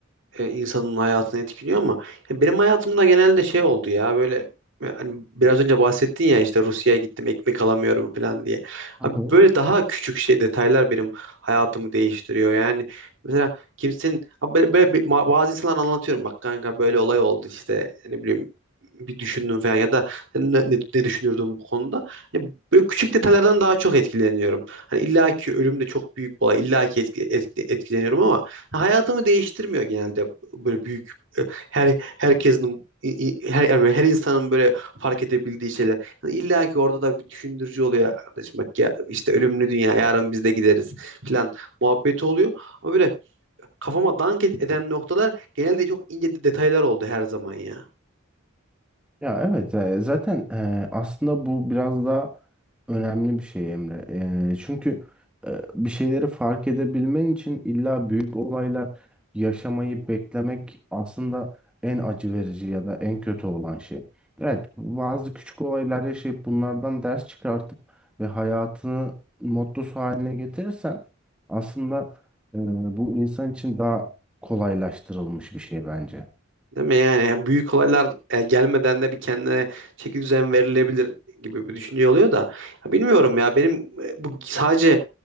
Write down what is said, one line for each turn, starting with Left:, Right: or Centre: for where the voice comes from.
Right: e, insanın hayatını etkiliyor ama ya benim hayatımda genelde şey oldu ya böyle e, hani biraz önce bahsettin ya işte Rusya'ya gittim ekmek alamıyorum falan diye.
Centre: Hı
Right: Abi
Centre: hı.
Right: böyle daha küçük şey detaylar benim hayatımı değiştiriyor. Yani mesela kimsenin abi böyle böyle bir, ma- bazı insanlar anlatıyorum bak kanka böyle olay oldu işte ne bileyim bir düşündüm falan ya da sen ne, ne, ne düşünürdün bu konuda? Hani böyle küçük detaylardan daha çok etkileniyorum. Hani illaki ölüm de çok büyük bir olay. illaki etki, etki- etkileniyorum ama hayatımı değiştirmiyor genelde böyle büyük e, her herkesin i- i- her yani her insanın böyle fark edebildiği şeyler. Hani İlla ki orada da bir düşündürücü oluyor kardeşim bak ya işte ölümlü dünya yarın biz de gideriz falan muhabbeti oluyor. Ama böyle kafama dank ed- eden noktalar genelde çok ince de- detaylar oldu her zaman ya.
Centre: Ya evet e, zaten e, aslında bu biraz da önemli bir şey Emre. E, çünkü e, bir şeyleri fark edebilmen için illa büyük olaylar yaşamayı beklemek aslında en acı verici ya da en kötü olan şey. Evet bazı küçük olaylar yaşayıp bunlardan ders çıkartıp ve hayatını mottosu haline getirirsen aslında e, bu insan için daha kolaylaştırılmış bir şey bence.
Right: Değil mi yani? Yani büyük olaylar e, gelmeden de bir kendine çeki düzen verilebilir gibi bir düşünce oluyor da. Ya bilmiyorum ya benim e, bu sadece